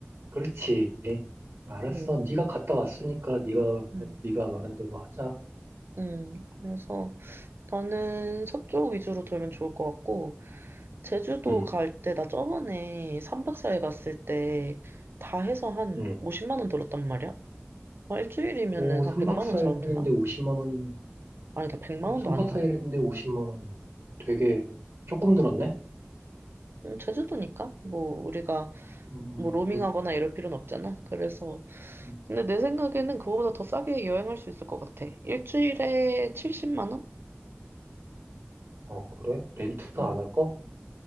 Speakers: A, on the right (about 75°); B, on the right (about 60°).
A: 그렇지. 알았어.
B: 음.
A: 네가 갔다 왔으니까 네가
B: 음.
A: 네가 말한 대로 하자.
B: 음, 그래서 나는 서쪽 위주로 돌면 좋을 것 같고, 제주도
A: 응.
B: 갈 때, 나 저번에 삼박사일 갔을 때, 다 해서 한
A: 응.
B: 50만 원 들었단 말이야? 아, 일주일이면은
A: 오, 3박
B: 한 100만
A: 4일인데
B: 원 잡으면 되나?
A: 50만 원이면,
B: 아니다, 100만 원도
A: 3박
B: 아니다.
A: 4일인데 50만 원이면 되게 조금 들었네?
B: 음, 음, 제주도니까? 뭐, 우리가,
A: 음,
B: 뭐, 로밍하거나
A: 물-
B: 이럴 필요는 없잖아. 그래서,
A: 음,
B: 근데 내 생각에는 그거보다 더 싸게 여행할 수 있을 것 같아. 일주일에 70만 원?
A: 어, 그래? 렌트
B: 응,
A: 안 할 거?